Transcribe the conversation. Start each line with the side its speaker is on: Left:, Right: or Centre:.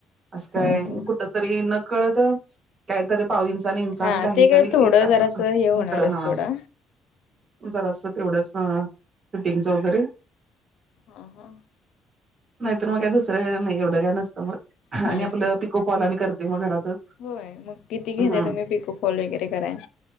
Right: असं काय
Left: हा हा
Right: कुठं तरी नकळत- काहीतरी पाऊंचा आणि इंचान
Left: हा
Right: काहीतरी
Left: ते काय थोडं
Right: एक असं
Left: जरासं हे होणारच
Right: इकडं हा.
Left: सोडा
Right: जरा असत तेवढंच फीटिंगच वगैरे.
Left: हा हा हा.
Right: नाहीतर मग काय दुसरं नाही एवढं काय नसतं मग
Left: हम्म
Right: आणि आपलं पिको फॉल आणि करते मग घरातच.
Left: होय, मग किती घेताय
Right: ह
Left: तुम्ही पक फॉल वगैरे कराय?